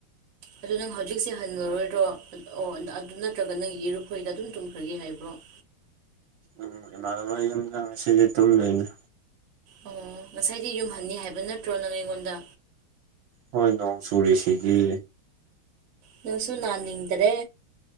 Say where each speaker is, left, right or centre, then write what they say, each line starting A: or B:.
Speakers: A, on the right; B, on the right.
A: ꯑꯗꯨ ꯅꯪ ꯍꯧꯖꯤꯛꯁꯦ ꯍꯟꯂꯔꯣꯏꯗ꯭ꯔꯣ ꯑꯣ ꯑꯗꯨ ꯅꯠꯇ꯭ꯔꯒ ꯅꯪꯒꯤ ꯌꯦꯔꯨꯛꯈꯣꯏꯗ ꯑꯗꯨꯝ ꯇꯨꯝꯈ꯭ꯔꯒꯦ ꯍꯥꯏꯕ꯭ꯔꯣ <inaudible>
B: ꯎꯝ ꯏꯃꯅꯕꯩ ꯌꯨꯝꯗ ꯉꯁꯤꯗꯤ ꯇꯨꯝ ꯂꯩꯅꯤ
A: ꯑꯣ ꯉꯁꯥꯏꯗꯤ ꯌꯨꯝꯍꯟꯅꯤ ꯍꯥꯏꯕ ꯅꯠꯇ꯭ꯔꯣ ꯅꯪ ꯑꯩꯉꯣꯟꯗ
B: ꯍꯣꯏ ꯅꯣꯡ ꯆꯨꯔꯤꯁꯤꯗꯤ
A: ꯅꯪꯁꯨ ꯅꯥꯟ ꯅꯤꯡꯗ꯭ꯔꯦ